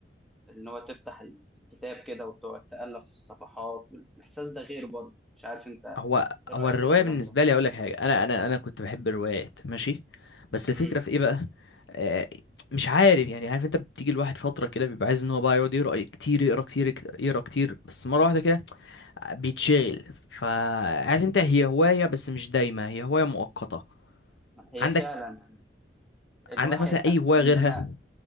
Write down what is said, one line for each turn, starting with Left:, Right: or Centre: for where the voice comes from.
Centre: ان هو تفتح الكتاب كده وتقعد تألف في الصفحات والاحساس ده غير برضه مش عارف انت
Left: هو
Centre: ايه رأيك
Left: هو الروايه
Centre: في الكلام
Left: بالنسبه
Centre: ده
Left: لي اقول لك حاجه انا انا انا كنت بحب الروايات ماشي بس الفكره
Centre: امم
Left: في ايه بقى آه، مش عارف يعني عارف انت بتيجي الواحد فتره كده بيبقى عايز ان هو بقى يقعد يقرا كتير يقرا كتير يقرا كتير بس مره واحده كده بيتشغل فعارف انت هي هوايه بس مش دايمه هي هوايه مؤقته
Centre: هي
Left: عندك
Centre: فعلا يعني الواحد
Left: عندك مثلا
Centre: حس
Left: اي هوايه
Centre: ان
Left: غيرها
Centre: انا